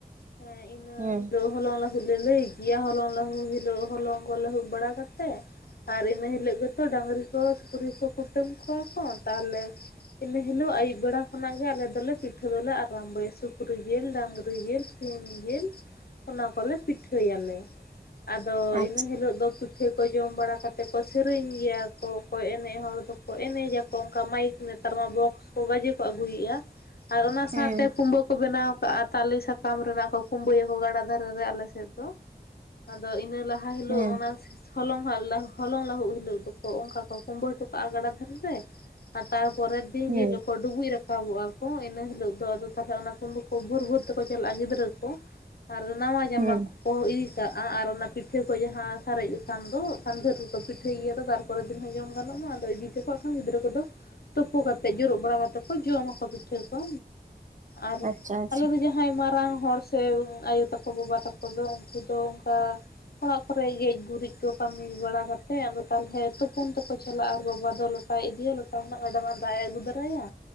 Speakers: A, on the left; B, on the right.
A: ᱦᱮᱸ ᱤᱱᱟᱹ
B: ᱦᱩᱸ
A: ᱦᱤᱞᱚᱜ ᱦᱚᱞᱚᱝ ᱞᱟᱹᱦᱩᱫ ᱞᱮ ᱞᱟᱹᱭ ᱜᱮᱭᱟ᱾ ᱦᱚᱞᱚᱝ ᱞᱟᱹᱦᱩᱫ ᱦᱤᱞᱳᱜ ᱦᱚᱞᱚᱝ ᱠᱚ ᱞᱟᱹᱦᱩᱫ ᱵᱟᱲᱟ ᱠᱟᱛᱮ᱾ ᱟᱨ ᱤᱱᱟᱹ ᱦᱤᱞᱳᱜ ᱜᱮᱛᱚ ᱰᱟᱝᱨᱤ ᱠᱚ ᱥᱤᱠᱨᱤ ᱠᱚ ᱠᱩᱴᱟᱹᱢ ᱠᱚᱣᱟ ᱠᱚ ᱛᱟᱦᱚᱞᱮ ᱤᱱᱟᱹ ᱦᱤᱞᱳᱜ ᱟᱹᱭᱩᱵ ᱵᱮᱲᱟ ᱠᱷᱚᱱᱟᱜ ᱜᱮ ᱟᱞᱮ ᱫᱚᱞᱮ ᱯᱤᱴᱷ ᱯᱤᱴᱷᱟᱹ ᱫᱚᱞᱮ ᱟᱨᱟᱢᱵᱭᱟ ᱥᱩᱠ ᱥᱩᱠᱨᱤ ᱡᱤᱞ, ᱰᱟᱝᱨᱤ ᱡᱤᱞ ᱥᱤᱢ ᱡᱤᱞ ᱚᱱᱟ ᱠᱚᱞᱮ ᱯᱤᱴᱷᱟᱹᱭᱟᱞᱮ᱾ ᱟᱫᱚ
B: ᱟᱪᱪᱷᱟ
A: ᱤᱱᱟᱹ ᱦᱤᱞᱳᱜ ᱫᱚ ᱯᱤᱴᱷᱟᱹ ᱠᱚ ᱡᱚᱢ ᱵᱟᱲᱟ ᱠᱟᱛᱮᱫ ᱠᱚ ᱥᱮᱨᱮᱧ ᱜᱮᱭᱟ ᱠᱚ᱾ ᱦᱳᱭ ᱮᱱᱮᱡ ᱦᱚᱲ ᱫᱚᱠᱚ ᱮᱱᱮᱡᱟᱠᱚ ᱚᱱᱠᱟ ᱢᱟᱭᱤᱠ ᱱᱮᱛᱟᱨ ᱢᱟ ᱵᱚᱠᱥ ᱠᱚ ᱜᱟᱡᱮ ᱠᱚ ᱟᱹᱜᱩᱭᱮᱫᱼᱟ᱾ ᱟᱨ ᱚᱱᱟ ᱥᱟᱶᱛᱮ
B: ᱦᱩᱸ
A: ᱠᱩᱢᱵᱟᱹ ᱠᱚ ᱵᱮᱱᱟᱣ ᱠᱟᱜᱼᱟ᱾ ᱛᱟᱞᱮ ᱥᱟᱠᱟᱢ ᱨᱮᱱᱟᱜ ᱠᱚ ᱠᱩᱢᱵᱟᱹᱭᱟᱠᱚ ᱜᱟᱰᱟ ᱫᱷᱟᱨᱮ ᱨᱮ ᱟᱞᱮᱥᱮᱫ ᱫᱚ᱾ ᱟᱫᱚ ᱤᱱᱟᱹ ᱞᱟᱦᱟ ᱦᱟ ᱦᱤᱞᱳᱜ
B: ᱦᱩᱸ
A: ᱚᱱᱟ ᱦᱚᱞᱚᱝ ᱦᱟᱜ ᱞᱟ ᱦᱚᱞᱚᱝ ᱞᱟᱹᱦᱩᱫ ᱦᱤᱞᱳᱜ ᱫᱚᱠᱚ ᱚᱱᱠᱟ ᱠᱚ ᱠᱩᱢᱵᱟᱹ ᱦᱚᱴᱚ ᱠᱟᱜᱼᱟ ᱜᱟᱰᱟ ᱫᱟᱱ ᱨᱮ ᱟᱨ ᱛᱟᱨᱯᱚᱨᱮᱨ ᱫᱤᱱ
B: ᱦᱩᱸ
A: ᱡᱮ ᱦᱤᱞᱳ ᱠᱚ ᱰᱩᱵᱩᱡ ᱨᱟᱠᱟᱵᱚᱜᱼᱟ ᱠᱚ ᱤᱱᱟᱹ ᱦᱤᱞᱳᱜ ᱫᱚ ᱟᱫᱚ ᱛᱟᱦᱚᱞᱮ ᱚᱱᱟ ᱠᱩᱸᱵᱩ ᱠᱚ ᱵᱷᱳᱨ ᱵᱷᱳᱨ ᱛᱮᱠᱚ ᱪᱟᱞᱟᱜᱼᱟ ᱜᱤᱫᱽᱨᱟᱹ ᱠᱚ᱾ ᱟᱨ ᱱᱟᱣᱟ ᱡᱟᱢᱟ
B: ᱦᱩᱸ
A: ᱠᱚ ᱠᱚ ᱤᱫᱤ ᱠᱟᱜᱼᱟ ᱟᱨ ᱚᱱᱟ ᱯᱤᱴᱷᱟᱹ ᱠᱚ ᱡᱟᱦᱟᱸ ᱥᱟᱨᱮᱡ ᱮᱠᱟᱱ ᱫᱚ ᱟᱠᱷᱟᱱ ᱫᱷᱮᱨ ᱜᱮ ᱠᱚ ᱯᱤᱴᱷᱟᱹᱭᱟ ᱛᱚ ᱛᱟᱯᱚᱨᱮ ᱫᱤᱱ ᱦᱚᱸ ᱡᱚᱢ ᱜᱟᱱᱚᱜ ᱢᱟ᱾ ᱟᱫᱚ ᱤᱫᱤ ᱛᱮᱠᱚ ᱟᱠᱷᱟᱱ ᱜᱤᱫᱽᱨᱟᱹ ᱠᱚᱫᱚ ᱛᱩᱯᱩ ᱠᱟᱛᱮᱫ ᱡᱩᱨᱩᱜ ᱵᱟᱲᱟ ᱠᱟᱛᱮᱫ ᱠᱚ ᱡᱚᱢᱟ ᱠᱚ ᱯᱤᱴᱷᱟᱹ ᱠᱚ ᱟᱨ
B: ᱟᱪᱪᱷᱟ ᱟᱪᱪᱷᱟ
A: ᱟᱞᱮ ᱫᱚ ᱡᱟᱦᱟᱸ ᱡᱟᱦᱟᱸᱭ ᱢᱟᱨᱟᱝ ᱦᱚᱲ ᱥᱮ ᱟᱭᱳ ᱛᱟᱠᱚ ᱵᱟᱵᱟ ᱛᱟᱠᱚ ᱫᱚ ᱩᱱᱠᱩ ᱫᱚ ᱚᱱᱠᱟ ᱚᱲᱟᱜ ᱠᱚᱨᱮ ᱜᱮᱡ ᱜᱩᱨᱤᱡ ᱠᱚ ᱠᱟᱹᱢᱤ ᱵᱟᱲᱟ ᱠᱟᱛᱮᱫ ᱟᱫᱚ ᱛᱟᱦᱚᱞᱮ ᱛᱩᱯ ᱯᱩᱱ ᱛᱮᱠᱚ ᱪᱟᱞᱟᱜᱼᱟ ᱟᱨ ᱵᱟᱵᱟ ᱫᱚ ᱞᱚᱴᱟᱭ ᱤᱫᱤᱭᱟ, ᱞᱚᱴᱟ ᱠᱷᱚᱱᱟᱜ ᱜᱟᱰᱟᱝ ᱨᱮᱱᱟᱜ ᱫᱟᱜ ᱮ ᱟᱹᱜᱩ ᱫᱟᱨᱟᱭᱟ᱾